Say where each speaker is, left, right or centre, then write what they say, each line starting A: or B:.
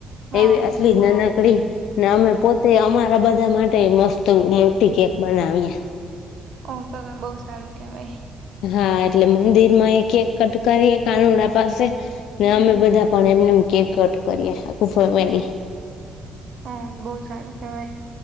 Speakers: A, on the right; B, on the left.
A: હા
B: એવી આટલી જ નાનકડી ને અમે પોતે અમારા બધા માટે મસ તો મોટી કેક બનાવીએ
A: હ તો તો બો સારું કેવાય
B: હા એટલે મંદિરમાં એક એક કટ કરીએ કાનુડા પાસે ને
A: હમ.
B: અમે બધા પણ એમને કેક કટ કરીએ આખું ફેમેલી
A: હમ બો સારું કેવાય